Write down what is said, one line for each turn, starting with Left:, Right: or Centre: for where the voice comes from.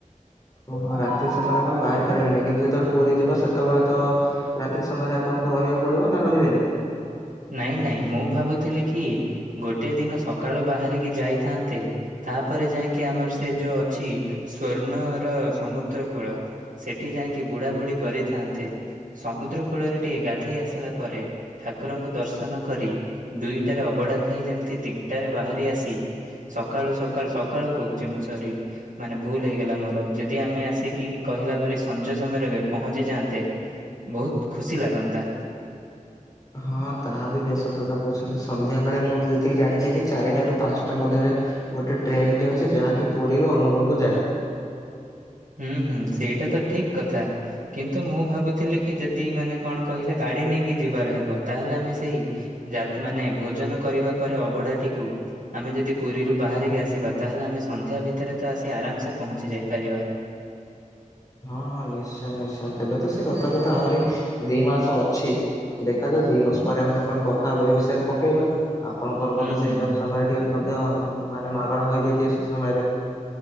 Left: ଓହୋ ରାତ୍ରୀ ସମୟରେ ଆପଣ ବାହାରି ପାରିବେନାହିଁ କିନ୍ତୁ ଯେତେବେଳେ ପୁରୀ ଯିବ ସେତେବେଳେ ତ ରାତ୍ରି ସମୟରେ ଆପଣଙ୍କୁ ରହିବାକୁ ପଡିବ, ନା ରହିବେନି?
Right: ନାଇଁ ନାଇଁ ମୁଁ ଭାବୁଥିଲି କି ଗୋଟେ ଦିନ ସକାଳୁ ବାହାରିକି ଯାଇଥାନ୍ତେ। ତାପରେ ଯାଇକି ଆମର ସେ ଯୋଉ ଅଛି ସ୍ଵର୍ଣ୍ଣର ସମୁଦ୍ର କୂଳ। ସେଠି ଯାଇକି ବୁଡ଼ା ବୁଡୀ କରିଥାନ୍ତେ ସମୁଦ୍ର କୂଳରେ ଟିକେ ଗାଧେଇ ଆସିଲା ପରେ ଠାକୁରଙ୍କୁ ଦର୍ଶନ କରି ଦୁଇଟାରେ ଅବଢା ଖାଇ ଯେମିତି ତିନିଟାରେ ବାହାରି ଆସି ସକାଳୁ ସକାଳୁ ସକାଳୁ କହୁଛି ମୁଁ ସରି ମାନେ ଭୁଲ ହେଇଗଲା ମୋର ଯଦି ଆମେ ଆସିକି କହିଲା ଭଳି ସଞ୍ଜ ସମୟରେ ପହଞ୍ଚି ଯାଆନ୍ତେ? ବହୁତ୍ ଖୁସି ଲାଗନ୍ତା।
Left: ହଁ ତାହା ବି ବେଶ ସତ କଥା କହୁଛନ୍ତି ସନ୍ଧ୍ୟା ବେଳେ ମୁଁ ଯେତିକି ଜାଣିଛି କି ଚାରିଟ ରାରୁ ପାଞ୍ଚଟା ମଧ୍ୟରେ ଗୋଟେ ଟ୍ରେନଟିଏ ଅଛି ଯାହାକି ପୁରୀରୁ ଅନୁଗୁଳକୁ ଯାଏ।
Right: ହୁଁ ହୁଁ ସେଇଟା ତ ଠିକ୍ କଥା। କିନ୍ତୁ ମୁଁ ଭାବୁଥିଲି କି ଯଦି ମାନେ କଣ କହିଲେ ଗାଡ଼ି ନେଇକି ଯିବାର ହେବ ତାହେଲେ ଆମେ ସେଇ ଯାତ ମାନେ ଭୋଜନ କରିବା ପରେ ଅବଢାଟିକୁ ଆମେ ଯଦି ପୁରୀରୁ ବାହାରିକି ଆସିବା ତାହେଲେ ଆମେ ସନ୍ଧ୍ୟା ଭିତରେ ତ ଆସି ଆରାମସେ ପହଞ୍ଚି ଯାଇପାରିବା।
Left: ହଁ ହଁ, ନିଶ୍ଚୟ ନିଶ୍ଚୟ, ତେବେ ତ ସେ ରଥ କଥା ଆହୁରି ଦି ମାସ ଅଛି। ଦେଖାଜାଉ ଦି ମାସ ପରେ ଆମେ ପୁଣି କଥା ହବା ଏ ବିଷୟରେ ପକେଇବା। ଆପଣଙ୍କର
Right: ହୁଁ
Left: ମଧ୍ୟ ସେଇ
Right: ହୁଁ
Left: ସମୟରେ ଟିକେ ମଧ୍ୟ ମାନେ ମାଗଣା ହେଯାଇଥିବ ସେ ସମୟରେ।